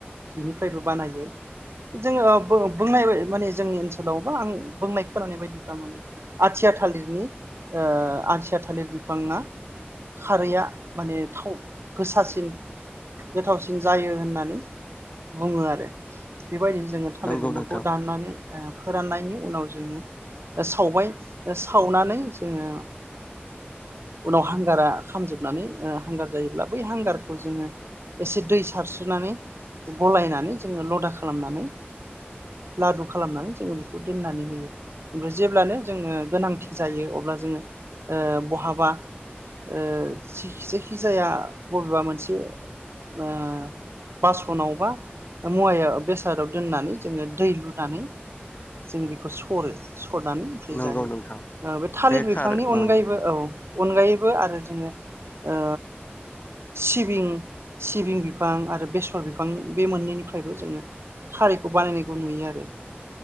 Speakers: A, on the right; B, on the left.
A: बिनिफ्रायबो बानायो जोङो बो बुंनाय माने जोंनि ओनसोलावबा आं बुंनाय खोनानाय बायदिब्ला माने आथिया थालिरनि ओ आथिया थालिर बिफांना खारैया माने थाव गोसासिन गोथावसि जायो होननानै बुङो आरो। बेबायदिनो जोङो थालिर
B: नंगौ
A: बिफांखौ
B: नोंथां
A: दाननानै फोराननायनि उनाव जोङो सावबाय सावनानै जोङो उनाव हांगारा खामजोबनानै हांगार जायोब्ला बै हांगारखौ जोङो एसे दै सारस्रोनानै गलायनानै जोङो लदा खालामनानै लादु खालामनानै जोङो बेखौ दोननानै होयो ओमफ्राय जेब्लानो जोंनो गोनांथि जायो अब्ला जोंङो ओ बहाबा ओ जि जेखि जाया बबेबा मोन मोनसे ओ बासनाव बा मुवायाव बेसादाव दोननानै जोङो दै लु नानै जों बिखौ सरो सरनानै ओमफ्राय
B: नंगौ
A: जायो
B: नोंथां
A: ओ बे थालिर
B: खार
A: बिफांनि अनगायैबो
B: औ
A: औ अनगायैबो आरो जोङो ओ सिबिं सिबिं बिफां आरो बेसर बिफां बे मोननैनिफ्रायबो जोङो खारैखौ बानायनायखौ नुयो आरो।